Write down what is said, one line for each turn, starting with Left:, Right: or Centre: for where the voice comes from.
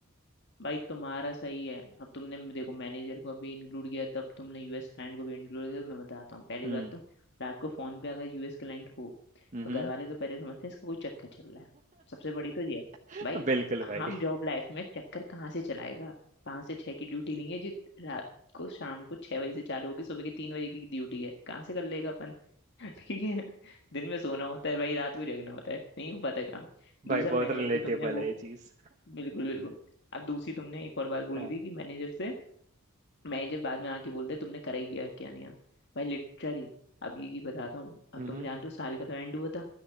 Left: भाई तुम्हारा सही है अब तुमने देखो मैनेजर को भी इंक्लूड किया तब तुमने यूएस क्लाइंट को भी इंक्लूड किया तो मैं बताता हूँ पहली
Right: हम्म
Left: बात तो रात को फोन पे अगर यूएस क्लाइंट हो
Right: हम्म
Left: तो घर वाले तो पहले समझते हैं इसका कोई चक्कर चल रहा है सबसे बड़ी तो ये है
Right: <laughs>
Left: भाई
Right: बिल्कुल
Left: हम
Right: भाई
Left: जॉब लाइफ में चक्कर कहाँ से चलाएगा पाँच से छः की ड्यूटी नहीं है जी रात को शाम को छः बजे से चालू होगी सुबह के तीन बजे की ड्यूटी है कहाँ से कर लेगा अपन <laughs> ठीक है दिन में सोना होता है भाई रात को जगना होता है नहीं हो पाता काम दूसरा
Right: भाई
Left: मैनेजर
Right: बहुत रिलेटेबल
Left: की तुमने वो
Right: है ये चीज़
Left: बिल्कुल बिल्कुल अब दूसरी तुमने एक और बात बोली
Right: हाँ
Left: थी कि मैनेजर से मैनेजर बाद में आके बोलते तुमने करा ही क्या क्या नहीं है भाई लिटरली अभी की बताता हूँ अब
Right: हम्म
Left: तुम जानते हो साल का तो एंड हुआ था